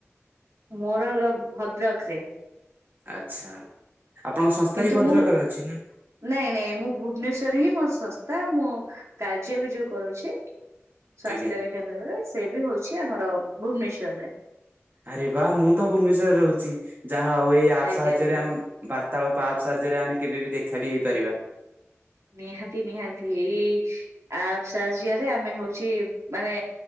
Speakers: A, on the right; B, on the right.
A: ମୋର ଭଦ୍ରକ ରେ।
B: ଆଚ୍ଛା ଆପଣଙ୍କ ସଂସ୍ଥା
A: କିନ୍ତୁ
B: ବି ଭଦ୍ରକରେ
A: ମୁଁ
B: ଅଛି ନା?
A: ନାଇଁ ନାଇଁ ମୁଁ ଭୁବନେଶ୍ୱର ହିଁ ମୋର ସଂସ୍ଥା ମୁଁ କାର୍ଯ୍ୟ ବି ଯୋଉ କରୁଛି। ସ୍ଵାସ୍ଥ୍ୟ
B: ଆଜ୍ଞା
A: କେନ୍ଦ୍ରରେ ସେ ବି ହଉଛି। ଆମର ଭୁବନେଶ୍ଵରରେ
B: ଆରେ ବା ମୁଁ ତ ଭୁବନେଶ୍ୱର ରେ ରହୁଛି ଯାହା ହଉ ଏଇ ଆପ
A: ଆଜ୍ଞା
B: ସାହାଯ୍ୟରେ
A: ଆଜ୍ଞା
B: ଆମ ବାର୍ତ୍ତାଳପାହା ସାହାଯ୍ୟରେ ଆମେ କେବେ ବିି ଦେଖା ବି ହେଇପାରିବା।
A: ନିହାତି ନିହାତି ଏଇ ଆ ସାହାଯ୍ୟରେ ଆମେ ହଉଛି ମାନେ।